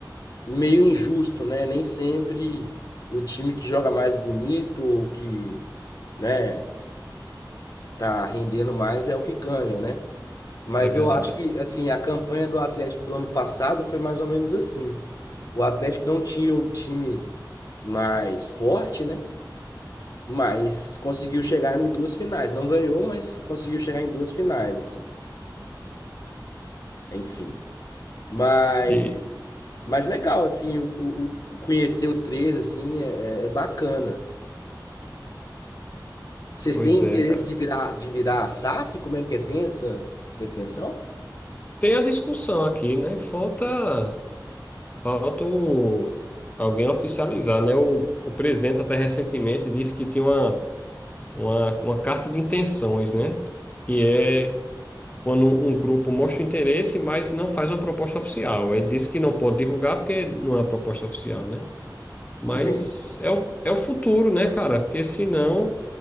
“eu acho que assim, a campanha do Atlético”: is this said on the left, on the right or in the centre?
Left